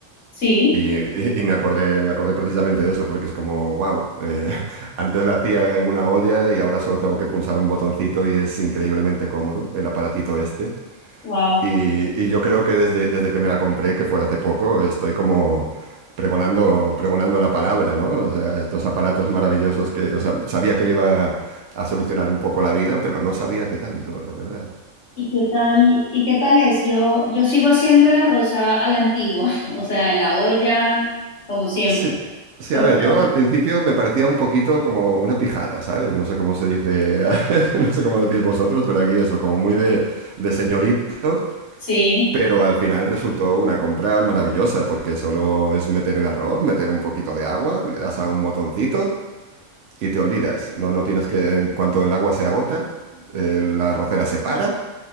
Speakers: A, on the left (about 60°); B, on the right (about 70°).
A: Sí,
B: y, y- y me acordé me acordé precisamente de eso porque es como wow, <laughs> antes la hacía en una olla y ahora solo tengo que pulsar un botoncito y es increíblemente cómodo el aparatito este
A: wow.
B: y, y yo creo que desde desde que me la compré que fue hace poco estoy como pregonando pregonando la palabra, ¿no? O sea, estos aparatos maravillosos que, o sea, sabía que me iba a solucionar un poco la vida, pero no sabía qué tanto, la verdad.
A: ¿Y qué tal? ¿Y qué tal es? Yo, yo sigo haciendo el arroz a, a la antigua, <laughs> o sea, en la olla, como siempre.
B: Sí, sí,
A: ¿Cuál
B: a ver,
A: es
B: yo
A: la-
B: al principio me parecía un poquito como una pijada, ¿sabes? No sé cómo se dice, <laughs> no sé cómo decís vosotros, pero aquí eso, como muy de, de señorito,
A: Sí,
B: pero al final resultó una compra maravillosa porque solo es meter el arroz, meter un poquito de agua, le das a un botoncito y te olvidas. No, no tienes que, en cuanto el agua se agota, eh, la arrocera se para.